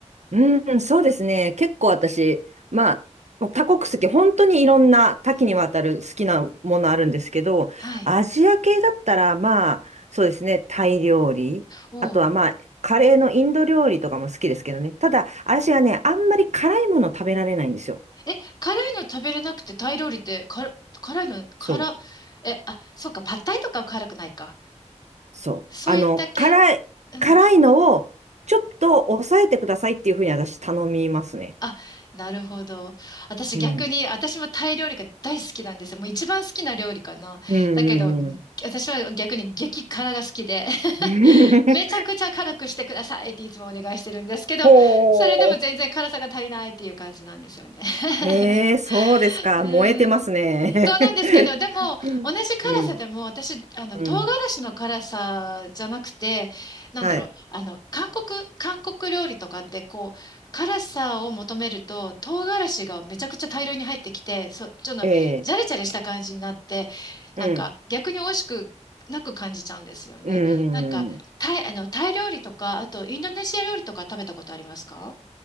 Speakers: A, on the right; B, on the left.
A: うん、そうですね。結構私、まあ、もう多国籍、本当にいろんな多岐にわたる好きなものあるんですけど、
B: うんはい。
A: アジア系だったら、まあ、そうですね、タイ料理、
B: おう。
A: あとはまあ、カレーのインド料理とかも好きですけどね。ただ、私はね、あんまり辛いもの食べられないんですよ。
B: え、辛いの食べれなくてタイ料理って辛、辛いの、辛、
A: そう、
B: え、あ、そうか、パッタイとかは辛くないか。
A: そう。
B: そういった系
A: あの、辛い、
B: うん。
A: 辛いのをちょっと抑えてくださいっていうふうに私頼みますね。
B: あ、なるほど。私逆に、
A: うん。
B: 私もタイ料理が大好きなんですよ。もう一番好きな料理かな。
A: うんうん
B: だけど、私は逆に激辛が好きで。<laughs>
A: うん。<laughs>
B: めちゃくちゃ辛くしてくださいっていつもお願いしてるんですけど、
A: ほう。
B: それでも全然辛さが足りないっていう感じなんですよね。
A: ええ、
B: <laughs>
A: そうですか。
B: うん
A: 燃えてますね。
B: そうなんですけど、
A: <laughs>
B: でも、同じ辛さでも、
A: うん、
B: 私、
A: <laughs>
B: あの、
A: うん、
B: 唐辛子の辛さじゃなくて、なんだろう、
A: はい。
B: あの、韓国、韓国料理とかって、こう、辛さを求めると、唐辛子がめちゃくちゃ大量に入ってきて、そちょっと、
A: ええ、
B: ジャレジャレした感じになって、
A: うん、
B: なんか、逆に美味しくなく感じちゃうんですよね。
A: うん。
B: なんか、タイ、あの、タイ料理とか、あと、インドネシア料理とか食べたことありますか